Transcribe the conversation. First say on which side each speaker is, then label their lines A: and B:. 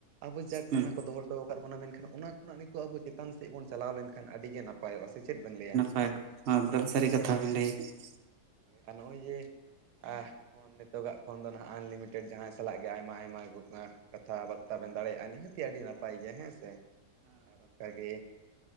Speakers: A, on the right; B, on the right.
A: ᱟᱵᱚ ᱡᱟᱠ
B: ᱦᱩᱸ
A: ᱚᱱᱟ ᱠᱚ ᱫᱚᱦᱚ ᱦᱚᱴᱚ ᱟᱠᱟ ᱵᱚᱱᱟ ᱢᱮᱱᱠᱷᱟᱱ ᱚᱱᱟ ᱠᱷᱚᱱᱟᱜ ᱱᱤᱛᱚᱜ ᱟᱵᱚ ᱪᱮᱛᱟᱱ ᱥᱮᱫ ᱵᱚᱱ ᱪᱟᱞᱟᱣ ᱞᱮᱱᱠᱷᱟᱱ ᱟᱹᱰᱤᱜᱮ ᱱᱟᱯᱟᱭ ᱯᱟᱭᱚᱜᱼᱟ, ᱥᱮ ᱪᱮᱫ ᱵᱮᱱ ᱞᱟᱹᱭᱟ?
B: ᱯᱮᱠ, ᱮᱠᱫᱚᱢ ᱥᱟᱹᱨᱤ
A: ᱦᱳᱭ
B: ᱠᱟᱛᱷᱟ ᱵᱮᱱ ᱞᱟᱹᱭᱮᱫᱼᱟ ᱾
A: ᱟᱨ ᱱᱚᱜᱼᱚᱭ ᱡᱮ ᱟᱦ ᱯᱷᱳᱱ ᱱᱤᱛᱚᱜᱟᱜ ᱯᱷᱳᱱ ᱫᱚ ᱱᱟᱦᱟᱜ ᱟᱱᱞᱤᱢᱤᱴᱮᱰ ᱡᱟᱦᱟᱸᱭ ᱥᱟᱞᱟᱜ ᱜᱮ ᱟᱭᱢᱟ ᱟᱭᱢᱟ <unintelligible> ᱠᱟᱛᱷᱟ ᱵᱟᱛᱛᱟ ᱵᱮᱱ ᱫᱟᱲᱮᱭᱟᱜᱼᱟ ᱱᱤᱦᱟᱹᱛᱤ ᱟᱹᱰᱤ ᱱᱟᱯᱟᱭ ᱜᱮᱭᱟ ᱦᱮᱸ ᱥᱮ᱾ ᱟᱨ ᱚᱱᱠᱟᱜᱮ